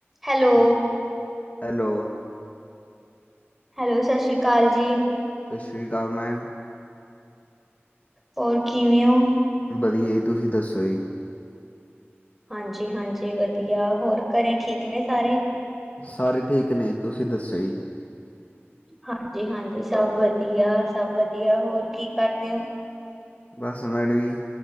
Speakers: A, in the centre; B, on the left.
A: Hello
B: ਸਤਿ- hello
A: hello ਸਤਿ ਸ਼੍ਰੀ ਅਕਾਲ ਜੀ।
B: ਸਤਿ ਸ਼੍ਰੀ ਅਕਾਲ ਮੈਮ।
A: ਹੋਰ ਕਿਵੇਂ ਓ?
B: ਵਦੀਐ ਤੂਸੀ ਦੱਸੋ ਜੀ?
A: ਹਾਂਜੀ, ਹਾਂਜੀ ਵਦੀਆ ਹੋਰ ਘਰੇ ਠੀਕ ਨੇ ਸਾਰੇ?
B: ਸਾਰੇ ਠੀਕ ਨੇ, ਤੂਸੀ ਦੱਸੋ ਈ?
A: ਹਾਂਜੀ, ਹਾਂਜੀ ਸਾਬ ਵਦੀਆ, ਸਾਬ ਵਦੀਆ ਹੋਰ ਕੀ ਕਾਰਦੇ ਓ?
B: ਬਸ ਮੈਡਸ ਈ,